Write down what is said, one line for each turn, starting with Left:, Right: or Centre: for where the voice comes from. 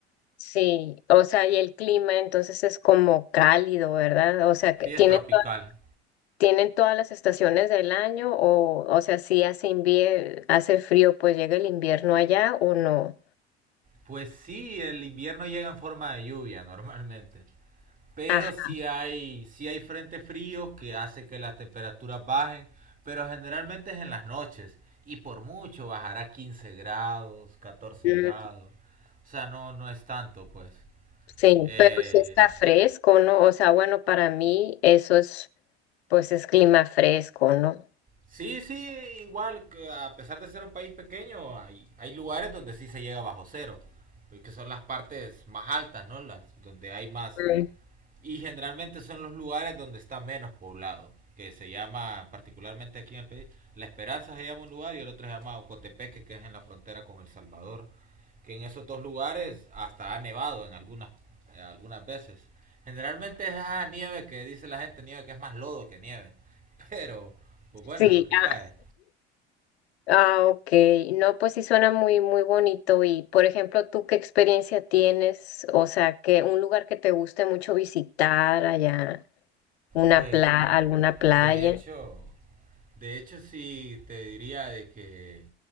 Left: Sí, o sea, y el clima entonces es como cálido, ¿verdad? O sea,
Right: Sí,
Left: que tienen,
Right: es tropical.
Left: to- tienen todas las estaciones del año o, o sea, si hace invie- hace frío, pues llega el invierno allá o no.
Right: Pues sí, el invierno llega en forma de lluvia <laughs> normalmente. Pero
Left: Ajá,
Right: sí hay, sí hay frentes fríos que hace que las temperaturas bajen, pero generalmente es en las noches y por mucho bajará 15 grados, catorce
Left: mm,
Right: grados. O sea, no, no es tanto, pues.
Left: sí,
Right: Eh,
Left: pero si está fresco, ¿no? O sea, bueno, para mí eso es, pues es clima fresco, ¿no?
Right: sí, sí, igual, que a pesar de ser un país pequeño, hay, hay lugares donde sí se llega bajo cero, que son las partes más altas, ¿no? Las, donde hay más
Left: Mm,
Right: Y generalmente son los lugares donde está menos poblado, que se llama, particularmente aquí en el país, La Esperanza se llama un lugar y el otro se llama Ocotepeque, que es en la frontera con El Salvador, que en esos dos lugares hasta ha nevado en algunas, eh, algunas veces. Generalmente es esa nieve que dice la gente, nieve que es más lodo que nieve, <laughs> pero pues bueno,
Left: Sí,
Right: es lo que
Left: ah,
Right: cae.
Left: Ah, ok. No, pues sí suena muy, muy bonito. Y, por ejemplo, ¿tú qué experiencia tienes? O sea, que un lugar que te guste mucho visitar allá, una
Right: Pues
Left: pla-
Right: de,
Left: alguna playa.
Right: de hecho, De hecho, sí te diría de que